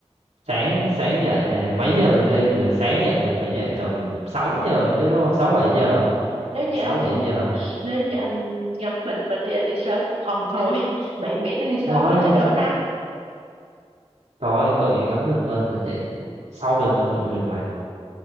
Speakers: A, on the right; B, on the right.
A: sáng sáng dậy nè mấy giờ mình đi rồi sáng dậy mình phải dậy tầm 6 giờ chứ đúng không? 6 7 giờ.
B: nếu như
A: sáu
B: anh
A: 7 giờ.
B: nếu như anh ngắm bình minh thì anh đi sớm không thôi <laughs> mẹ miễn nó đi sớm
A: Thôi,
B: đi cho đỡ nắng
A: thôi cần gì ngắm bình minh mình dậy sau bình minh cũng được mà.